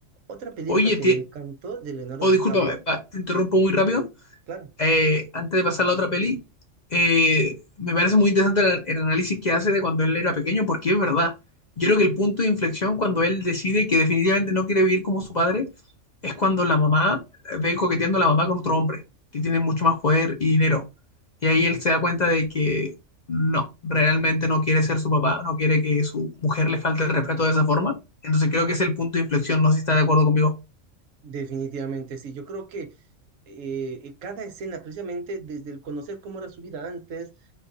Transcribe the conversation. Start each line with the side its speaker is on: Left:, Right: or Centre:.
Right: Otra película
Left: Oye,
Right: que
Left: te,
Right: me encantó de Leonardo
Left: oh,
Right: DiCaprio,
Left: discúlpame, pa- te interrumpo muy rápido,
Right: claro,
Left: eh, antes de pasar a la otra peli, eh, me parece muy interesante el, el análisis que hace de cuando él era pequeño, porque es verdad. Yo creo que el punto de inflexión cuando él decide que definitivamente no quiere vivir como su padre es cuando la mamá eh, ve coqueteando a la mamá con otro hombre que tiene mucho más poder y dinero. Y ahí él se da cuenta de que no, realmente no quiere ser su papá, no quiere que su mujer le falte el respeto de esa forma. Entonces creo que es el punto de inflexión, no sé si está de acuerdo conmigo.
Right: definitivamente sí, yo creo que eh, eh, cada escena, precisamente desde el conocer cómo era su vida antes,